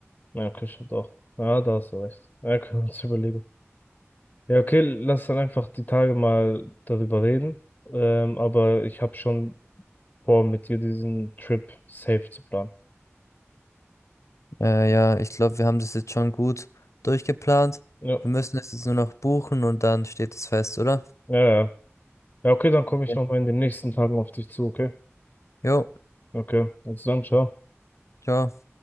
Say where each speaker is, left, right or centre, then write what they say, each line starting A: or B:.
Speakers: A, on the left; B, on the left.
A: Ja, okay, stimmt auch. Ja, da hast du recht. Ja, können wir uns überlegen. Ja, okay, lass dann einfach die Tage mal darüber reden. Ähm, aber ich habe schon vor, mit dir diesen Trip safe zu planen.
B: Äh, ja, ich glaube, wir haben das jetzt schon gut durchgeplant.
A: Ja,
B: Wir müssen es jetzt nur noch buchen und dann steht es fest, oder?
A: ja, ja. Ja, okay, dann komme ich
B: Ja.
A: nochmal in den nächsten Tagen auf dich zu, okay?
B: Jo,
A: Okay, also dann, ciao.
B: ciao.